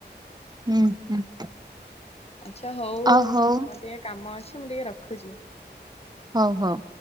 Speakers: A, on the right (about 20°); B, on the left (about 35°).
A: ହୁଁ ହୁଁ।
B: ଆଚ୍ଛା ହଉ ମୋର
A: ଅ ହଉ
B: ଟିକେ କାମ ଅଛି ମୁଁ ଟିକେ ରଖୁଛି।
A: ହଉ ହଉ।